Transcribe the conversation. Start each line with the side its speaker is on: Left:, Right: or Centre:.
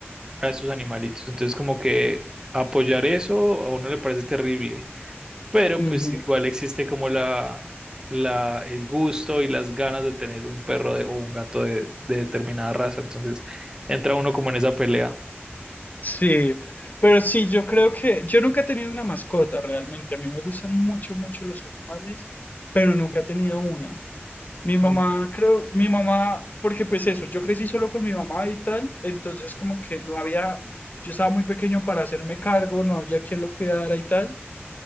Right: a estos animalitos. Entonces como que apoyar eso a uno le parece terrible, pero
Left: ujú.
Right: pues igual existe como la, la, el gusto y las ganas de tener un perro de, o un gato de, de determinada raza, entonces entra uno como en esa pelea.
Left: Sí, pero sí, yo creo que yo nunca he tenido una mascota realmente. A mí me gustan mucho, mucho los animales, pero nunca he tenido una. Mi mamá,
Right: Mm.
Left: creo, mi mamá, porque pues eso, yo crecí solo con mi mamá y tal, entonces como que no había, yo estaba muy pequeño para hacerme cargo, no había quien lo cuidara y tal,